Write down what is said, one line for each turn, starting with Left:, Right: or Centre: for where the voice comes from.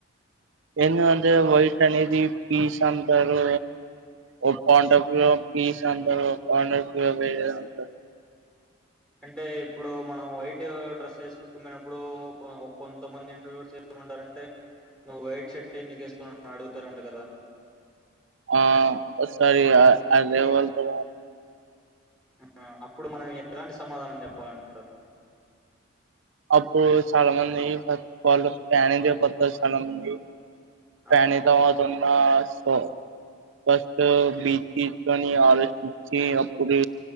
Right: ఏందంటే వైట్ అనేది పీస్ అంటారు ఒ పంట ప పీస్ అంటారు. పంట ప అంటారు
Centre: అంటే ఇప్పుడు మనం వైట్ డ్రెస్ చేసుకుమనప్పుడు కొంతమంది ఇంటర్వ్యూస్ ఏమంటారంటే నువ్వు వైట్ షర్ట్ ఎందుకు వేసుకున్నా అడుగుతారంట కదా
Right: ఆ ఓసారి అజేవల్ల తో
Centre: ఆ అప్పుడు మనం ఎలాంటి సమాధానం చెప్పాలంటారు.
Right: అప్పుడు చాలా మంది ఫ వాళ్ళు ఫ్యాన్ ఇండియా పర్పస్ అనింది
Centre: ఆ!
Right: ప్యానిక్ అవ్వకుండా సో ఫస్తు బ్రీత్ తీస్కొని ఆలోచించి అప్పుడు